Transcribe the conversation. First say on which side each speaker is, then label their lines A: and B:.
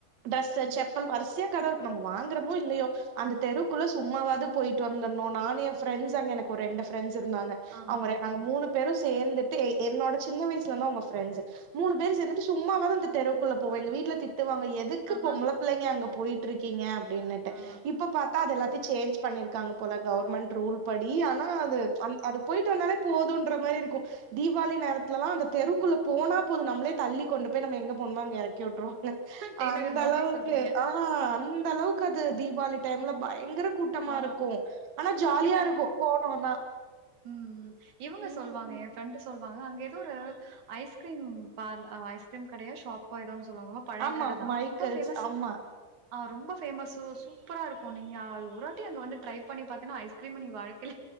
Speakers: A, on the right; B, on the right.
A: ட்ரெஸு
B: ம்,
A: செப்பல் வர்சயா கட இருக்கு நம்ப வாங்றமோ இல்லையோ அந்த தெருக்குள்ள
B: ம்.
A: சும்மாவாது பொயிட்டு வந்தர்னு நானு ஏ ஃப்ரெண்ட்ஸ் அங்க எனுக்கு ஒரு ரெண்டு ஃப்ரெண்ட்ஸ் இருந்தாங்க
B: ஆஹா.
A: அவுங்க ரெ நாங்க மூணு பேரு சேந்துட்டு எ என்னோட சின்ன வயசுல இருந்து அவுங்க ஃப்ரெண்ட்ஸு மூணு பேரு சேந்துட்டு சும்மாவாது அந்த தெருவுக்குள்ள போவோ எங்க வீட்ல திட்டுவாங்க எதுக் கு
B: ஆஹா.
A: பொம்ள பள்ளைங்க அங்க பொயிட்ருக்கீங்க அப்டினிட்டு
B: ஆ.
A: இப்ப பாத் தா அது எல்லாத்தியு சேஞ்ச் பண்ணிர்க்காங்க போல கவுர்மெண்ட் ரூல் படி ஆனா அது அந் அது பொயிட்டு வந்தாலே போதுன்ற மாரி இருக்கு தீபாவளி நேரத்துலலா அந்த தெருக்குள்ள போனா போது நம்ளே தள்ளி கொண்டு போய் நம்ம எங்க போணுமோ அங்க எறக்கி உட்ரு ல
B: டி
A: அந்த
B: நகர் மாதிரி
A: அளவுக்கு
B: சொல்றீங்க.
A: ஆ அந்த அளவுக்கு அது தீபாவளி டைம்ல பயங்கர கூட்டமா
B: ஆ.
A: இருக்கு ஆனா ஜாலியா
B: இல்ல
A: இருக்கு போனோனா
B: ம் ம் இவுங்க
A: ம்
B: சொல்லுவாங்க ஃப்ரெண்டு சொல்வாங்க அங்க எதோ ஒரு ஐஸ்கிரீம் பார்ல் ஐஸ்கிரீம் கடையோ ஷாப்போ எதோ ஒன் சொல்வாங்ளா பழைய
A: ஆமா
B: கட தா
A: மைக்கேல்ஸ்
B: ரொம்ப ஃபேமஸ்
A: ஆமா
B: ஆ ரொம்போ ஃபேமசோ சூப்பரா இருக்கு நீங்க அது ஒராட்டி அங்க வந்து ட்ரை பண்ணி பாத்தீன்னா ஐஸ்கிரீம்ம நீ வாழ் கில